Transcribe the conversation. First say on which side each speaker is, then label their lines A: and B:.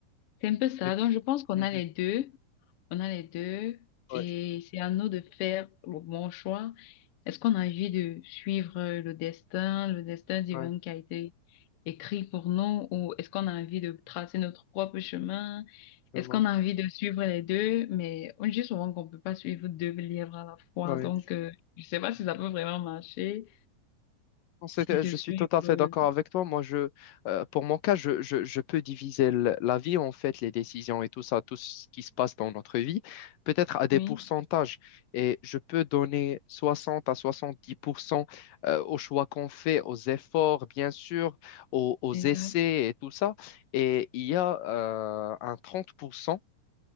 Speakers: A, on the left; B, on the left.
A: c'est un peu ça.
B: Mais-
A: Donc, je pense qu'on
B: Mhm.
A: a les deux. On a les deux
B: Ouais,
A: et c'est à nous de faire le bon choix. Est-ce qu'on a envie de suivre le destin, le destin divin
B: ouais,
A: qui a été écrit pour nous ou est-ce qu'on a envie de tracer notre propre chemin?
B: absolument.
A: Est-ce qu'on a envie de suivre les deux? Mais on dit souvent qu'on peut pas suivre deux livres à la fois.
B: Ouais.
A: Donc, euh, je sais pas si ça peut vraiment marcher
B: Non, c'est-
A: de
B: Je suis
A: suivre.
B: tout à fait
A: euh,
B: d'accord avec toi. Moi, je, euh, pour mon cas, je, je- je peux diviser l- la vie, en fait, les décisions et tout ça, tout ce qui se passe dans notre vie, peut-être à des
A: oui,
B: pourcentages. Et je peux donner 60 à 70% euh, aux choix qu'on fait, aux efforts, bien sûr, aux, aux
A: exact.
B: essais et tout ça. Et il y a euh, un 30%